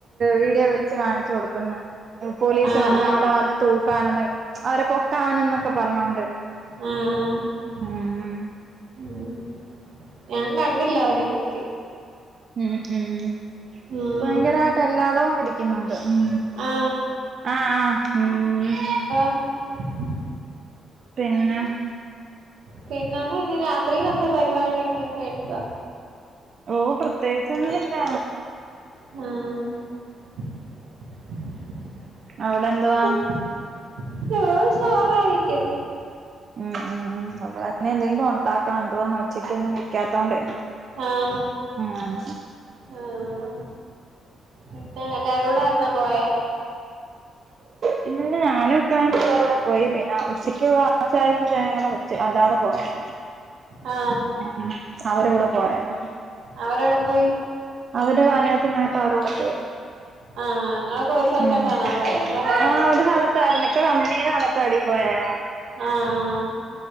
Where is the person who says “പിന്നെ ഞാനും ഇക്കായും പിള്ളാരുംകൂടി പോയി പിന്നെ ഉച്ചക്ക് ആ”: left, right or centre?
Right